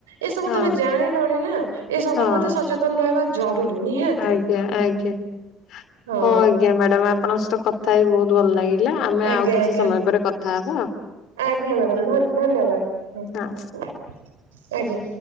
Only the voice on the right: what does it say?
ଏସବୁ
ତମେ ଜାଣିଲଣି ନା ଏ ସବୁ
ପ୍ରତି ସଚେତନ ତନ ରହିବା ଜରୁରୀ ନିହାତି
ହଁ।
ଆଜ୍ଞା
ଆଜ୍ଞା
ଆଜ୍ଞା ମ୍ୟାଡ଼ାମ ଧ ଧନ୍ୟବାଦ
ଆଜ୍ଞା।